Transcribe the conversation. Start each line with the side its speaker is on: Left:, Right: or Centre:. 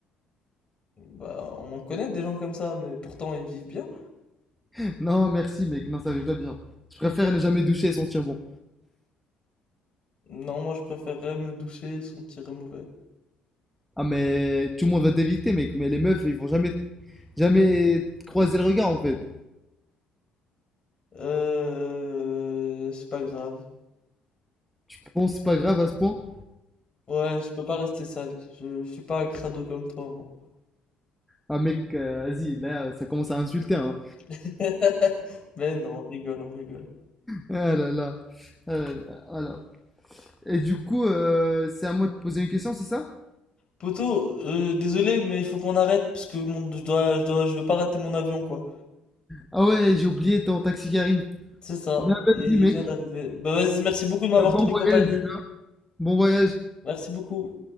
Left: Bah on en connaît des gens comme ça mais pourtant ils vivent bien.
Centre: <laughs> Non, merci mec, non, ça va pas bien. Je préfère ne jamais doucher et sentir bon.
Left: Non, moi je préférerais me doucher et sentir mauvais.
Centre: Ah mais tout le monde va t'éviter mec, mais les meufs, ils vont jamais, jamais te croiser le regard en fait.
Left: Euh, c'est pas grave.
Centre: Tu penses pas grave à ce point?
Left: Ouais, je peux pas rester sale. Je, je suis pas un crado comme toi, moi.
Centre: Ah mec, euh, vas-y, là, ça commence à insulter, hein.
Left: <laughs> Mais non, on rigole, on rigole.
Centre: Ah là là. Euh, alors. Et du coup, euh, c'est à moi de poser une question, c'est ça?
Left: Poto, euh, désolé, mais il faut qu'on arrête parce que mon, je dois, je dois, je veux pas rater mon avion, quoi.
Centre: Ah ouais, j'ai oublié ton taxi qui arrive.
Left: C'est ça.
Centre: Bah vas-y
Left: Et il
Centre: mec.
Left: vient d'arriver. Bah vas-y, merci beaucoup de m'avoir
Centre: Bah, bon
Left: tenu
Centre: voyage
Left: compagnie.
Centre: déjà. Bon voyage.
Left: Merci beaucoup.